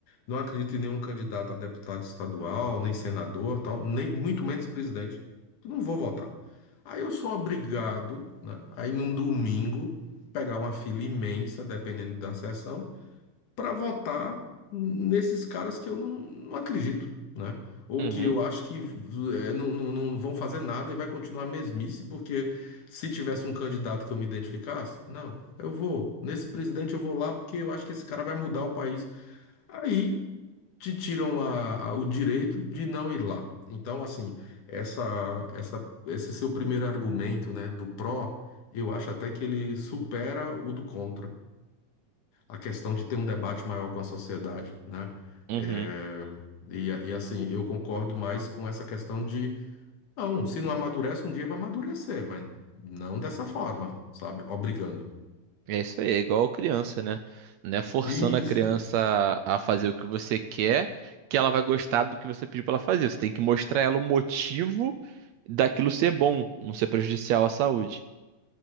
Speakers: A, on the left; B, on the right.
A: Não acredito em nenhum candidato a deputado estadual, nem senador, tal, nem muito menos presidente. Eu não vou votar. Aí eu sou obrigado, né, a ir num domingo, pegar uma fila imensa, dependendo da sessão, para votar nesses caras que eu não, não acredito, né? Ou
B: Uhum,
A: que eu acho que eh, não, não, não vão fazer nada e vai continuar a mesmice, porque se tivesse um candidato que eu me identificasse, não, eu vou, nesse presidente eu vou lá porque eu acho que esse cara vai mudar o país. Aí te tiram a- a- o direito de não ir lá. Então, assim, essa, essa, esse seu primeiro argumento, né, do pró, eu acho até que ele supera o do contra a questão de ter um debate maior com a sociedade, né?
B: uhum.
A: É, e, e assim, eu concordo mais com essa questão de, não, se não amadurece, um dia vai amadurecer, mas não dessa forma, sabe? Obrigando.
B: É isso aí, é igual criança, né? Não é forçando
A: Isso.
B: a criança a fazer o que você quer que ela vai gostar do que você pediu para ela fazer. Você tem que mostrar a ela o motivo daquilo ser bom, não ser prejudicial à saúde.